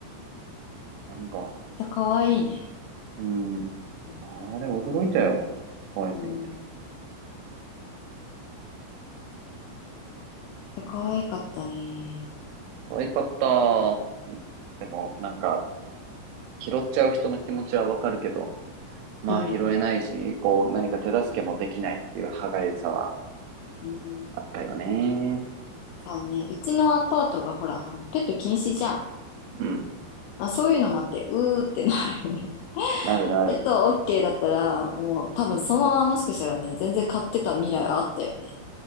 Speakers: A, on the right; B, on the left.
A: なんか、
B: ゃ、可愛いね。
A: うん。
B: うん。
A: あれ、驚いたよ。可愛すぎて。
B: うん。可愛かったね。
A: 可愛かった。うんでも、なんか、拾っちゃう人の気持ちはわかるけど、まあ拾えないし、
B: うん。
A: こう、何か手助けもできないっていう歯がゆさは
B: うん。
A: あったよね。
B: そうね、うちのアパートがほら、あの、ペット禁止じゃん。
A: うん。
B: まあ、そういうのもあって、うーってなるよね。
A: なるなる。
B: <laughs> ペット OK だったら、もう多分そのままもしかしたらね、
A: うん。
B: 全然飼ってた未来あったよね。